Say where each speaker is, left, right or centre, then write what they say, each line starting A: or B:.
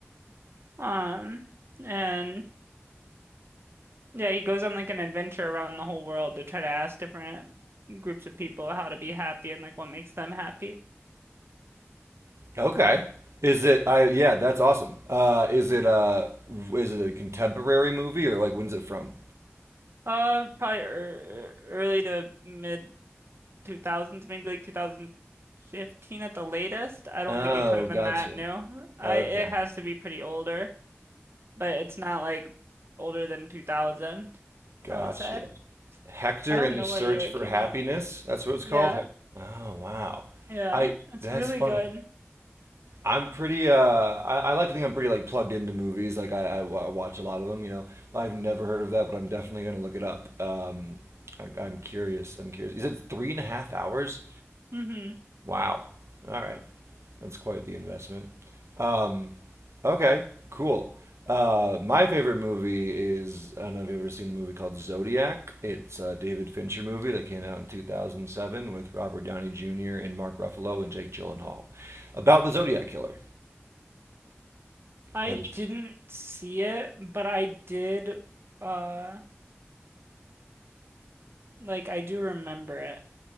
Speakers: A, on the right; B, on the right.
A: Um, and yeah, he goes on like an adventure around the whole world to try to ask different groups of people how to be happy and like what makes them happy.
B: Okay. Is it? I yeah, that's awesome. Uh, is it? Uh, is it a contemporary movie or like when's it from?
A: Uh, probably er early to mid 2000s, maybe like 2015 at the latest. I don't
B: Oh,
A: think it could have
B: gotcha.
A: been that new. I
B: Okay,
A: it has to be pretty older, but it's not like older than 2000,
B: gotcha.
A: I would say.
B: Hector
A: I don't
B: and
A: know
B: the Search
A: what year it
B: for
A: came
B: Happiness.
A: out.
B: That's what it's
A: Yeah,
B: called. Hec- Oh wow.
A: yeah,
B: I
A: it's
B: that's
A: really
B: funny.
A: good.
B: I'm pretty. Uh, I, I like to think I'm pretty like plugged into movies. Like I, I, wa- watch a lot of them. You know, I've never heard of that, but I'm definitely gonna look it up. Um, I, I'm curious. I'm curious. You said three and a half hours?
A: hmm
B: Wow. All right. That's quite the investment. Um, okay, cool. Uh, my favorite movie is I don't know if you've ever seen the movie called Zodiac. It's a David Fincher movie that came out in 2007 with Robert Downey Jr. and Mark Ruffalo and Jake Gyllenhaal about the Zodiac killer.
A: I
B: Have you
A: didn't see it, but I did, uh, like I do remember it.